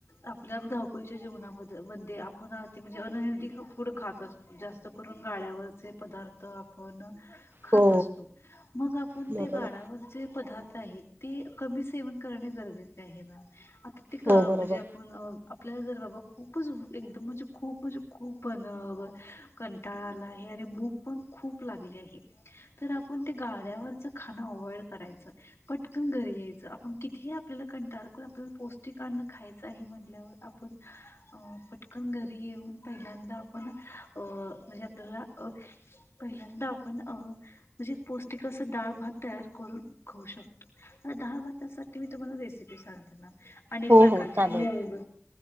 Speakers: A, on the left; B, on the right.
A: आपल्या च्या जीवना मध्ये आपण ते म्हणजे अनहेल्दीी फूड खात अस जास्त करून गाड्यावर जे पदार्थ आपण खात
B: हो
A: असतो मग आपण
B: बरोबर
A: त्या गाडावरचे पदार्थ क सेव कर गजे आहे प्र्यक म्हणजे
B: हो बरोबर
A: आपण आपल्याला जर बाबा खूप खूपच एकदम म्हणजे खूप म्हणजे खूप बन कंटाळाला हे आणि भूक पण खूप लागली आहे तर आपण ते गाळ्यावरचं खाणं अवॉइड करायचं पटकन घरी यायचं आपण कितीही आपल्याला कंटाळ करून आपल्याला पौष्टिक अन्न खायचं आहे म्हणल्यावर आपण पटकन घरी येऊन पहिल्यांदा आपण म्हणजे आपल्याला पहिल्यांदा आपण म्हणजे पौष्टिक असं डाळ भात तयार करून खाऊ शकतो आता डाळ भातासाठी मी तुम्हाला रेसिपी सांगते मॅम अनेक
B: हो
A: प्रकारचे
B: हो चालेल
A: मूग.